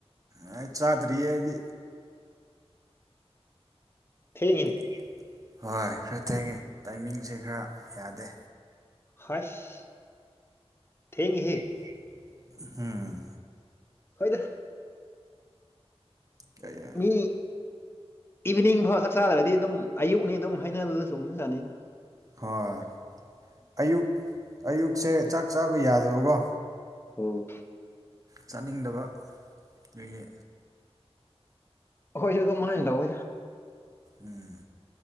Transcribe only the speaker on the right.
ꯑꯥ ꯆꯥꯗ꯭ꯔꯤꯌꯦ ꯑꯩꯗꯤ
<unintelligible> ꯍꯣꯏ ꯈꯔ ꯊꯦꯡꯉꯦ ꯇꯥꯏꯃꯤꯡꯁꯦ ꯈꯔ ꯌꯥꯗꯦ
<unintelligible> ꯎꯝꯍꯨ
ꯀꯩꯌꯥ
ꯍꯣꯏ ꯑꯌꯨꯛ ꯑꯌꯨꯛꯁꯦ ꯆꯥꯛ ꯆꯥꯕ ꯌꯥꯗꯕꯒꯣ
ꯆꯥꯅꯤꯡꯗꯕ ꯗꯨꯏꯒꯤ
ꯎꯝ